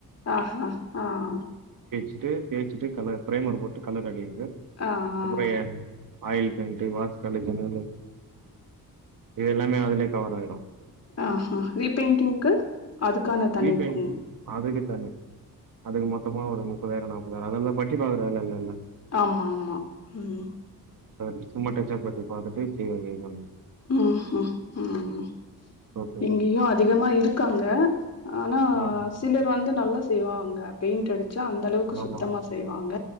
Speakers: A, on the left; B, on the right.
A: ஆஹ்ஹ ஆஹ்
B: வச்சுட்டு தேச்சிட்டு கலர் பிரேமர் போட்டு கலர் அடி து
A: ஆ, ஆ,
B: முறைய ஆயில் பெயிண்டு வாஸ்கலக்கனால இது எல்லாமே அதுலயே கவர் ஆயிடும்
A: ஆஹ்ஹ ரீபெயிண்டிங்க்கு அதுக்கான தனிப்பு
B: ரீபெயிண்ட் அதுக்கு தனி அதுக்கு மொத்தமா ஒரு முப்பதாயிரம் நாப் அதா அதுனால பட்டி பாக்குற வேல இல்லேல
A: ஆமா ஆமா உம்
B: இதுக்குமா டச்சப் பட்டி பாத்துட்டு <unintelligible>
A: உம் ஹும் உம்
B: ஓகே
A: இங்கயோ அதிகமா இருக்காங்க ஆனா
B: ஆ
A: சிலர் வந்து நல்லா செய்வாங்க பெயிண்ட் அடு ச்சா அந்த அளவுக்கு
B: ஆமா
A: சுத்தமா செய்வாங்க